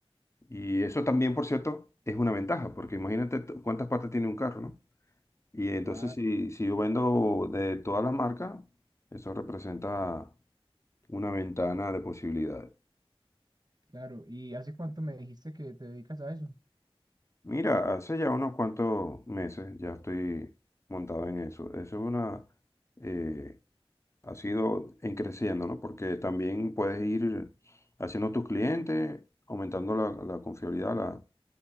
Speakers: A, on the left; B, on the right.
A: Y eso también, por cierto, es una ventaja, porque imagínate t- cuántas partes tiene un carro, ¿no? Y entonces
B: Claro,
A: si, si yo vendo de todas las marcas, eso representa una ventana de posibilidades.
B: claro. ¿Y hace cuánto me dijiste que te dedicas a eso?
A: Mira, hace ya unos cuantos meses ya estoy montado en eso. Eso es una, eh, ha sido en creciendo, ¿no? Porque también puedes ir haciendo tus clientes, aumentando la, la confiabilidad, la,